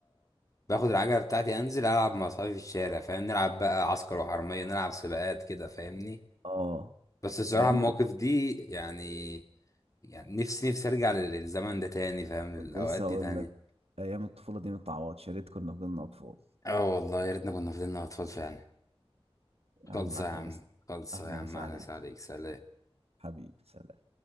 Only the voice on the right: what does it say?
اه
ايام
كنت لسه
اقول
لك ايام الطفوله دي ما تتعوضش يا ريت كنا فضلنا اطفال
يا
عم احلى
بس
احلى
مسا
عليك
حبيبي سلام